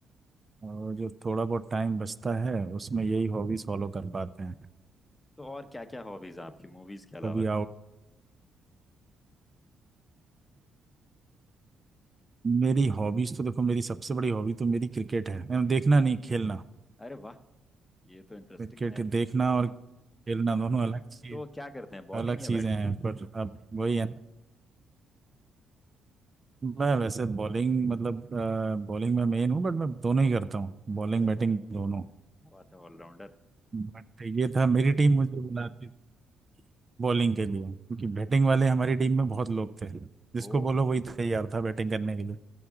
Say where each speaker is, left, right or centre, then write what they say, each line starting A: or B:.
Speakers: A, on the right (about 30°); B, on the left (about 15°).
A: और जो थोड़ा बहुत टाइम बचता है उसमें यही हॉबीज फॉलो कर पाते हैं
B: तो और क्या क्या हॉबीज हैं आपकी मूवीज के अलावा
A: कभी मेरी हॉबीज तो देखो मेरी सबसे बड़ी हॉबी तो मेरी क्रिकेट है एंड देखना नहीं खेलना
B: अरे वाह ये तो इंटरेस्टिंग
A: क्रिकेट
B: है यार
A: देखना और खेलना दोनों अलग चीज
B: तो क्या करते हैं बॉलिंग
A: अलग चीजें
B: या बैटिंग
A: हैं पर अब वही है ना मैं वैसे बॉलिंग मतलब बॉलिंग में मेन हूँ बट मैं दोनों ही करता हूँ बॉलिंग
B: अरे
A: बैटिंग
B: वाह
A: दोनों
B: क्या बात है ऑलराउंडर
A: बट ये था मेरी टीम मुझे बुलाती बॉलिंग के लिए क्योंकि बैटिंग वाले हमारी टीम में बहुत लोग थे जिसको
B: ओहो
A: बोलो वही तैयार था बैटिंग करने के लिए